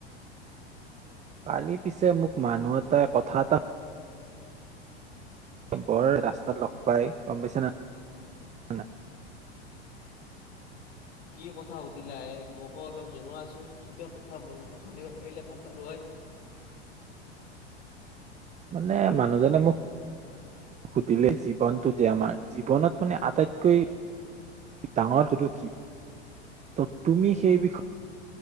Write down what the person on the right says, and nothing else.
কালি পিছে মোক মানুহ এটাই কথা এটা বৰ ৰাস্তাত লগ পাই গম পাইছে নে নাই?
মানে মানুহজনে মোক সুধিলে জীৱনটো যে আমাৰ জীৱনত মানে আটাইতকৈ ডাঙৰটোতো কি ত তুমি সেই বিষয়